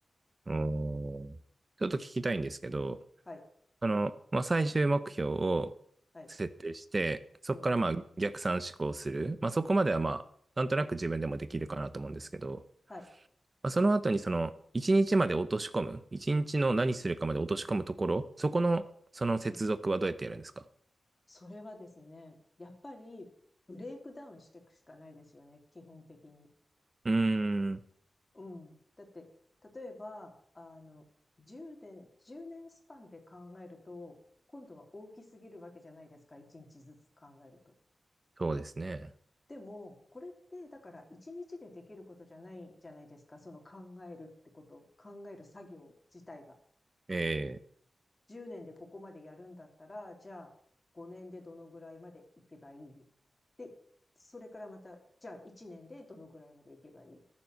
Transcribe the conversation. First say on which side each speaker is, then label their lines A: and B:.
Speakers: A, on the right; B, on the left.
A: おーちょっと聞きたいんですけど、
B: はい、
A: あの、まあ、最終目標を
B: はい、
A: 設定して、そこからまあ逆算思考する。
B: うん、
A: まあ、そこまではまあ、なんとなく自分でもできるかなと思うんですけど、
B: はい、
A: まあその後にその、一日まで落とし込む、一日の何するかまで落とし込むところ、そこの、その接続はどうやってやるんですか
B: うん。それはですね、やっぱり、ブレイクダウンしていくしかないですよね、基本的に。
A: うーん、
B: うん。だって、例えば、あの、10年、1年スパンで考えると、今度は大きすぎるわけじゃないですか、1日ずつ考えると。
A: そうですね。
B: でも、これって、だから1日でできることじゃないじゃないですか、その考えるってこと、考える作業自体が。
A: ええ、
B: 10年でここまでやるんだったら、じゃあ5年でどのぐらいまでいけばいいで、それからまた、じゃあ1年でどのぐらいまでいけばいい